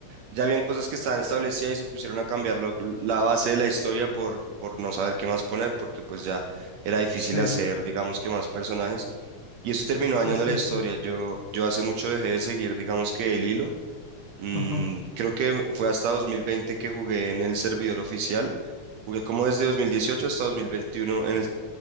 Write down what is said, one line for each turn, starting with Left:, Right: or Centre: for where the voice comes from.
Right: ya habían cosas que estaban establecidas y se pusieron a cambiar lo- la base de la historia por, por no saber qué más poner, porque pues ya era difícil
Left: Sí,
Right: hacer, digamos que más personajes, y eso terminó
Left: sí,
Right: dañando
Left: sí,
Right: la historia.
Left: sí.
Right: Yo, yo hace mucho dejé de seguir, digamos que el hilo. Mm,
Left: Ujú,
Right: creo que fue hasta 2020 que jugué en el servidor oficial. Jugué como desde 2018 hasta 2021 en el,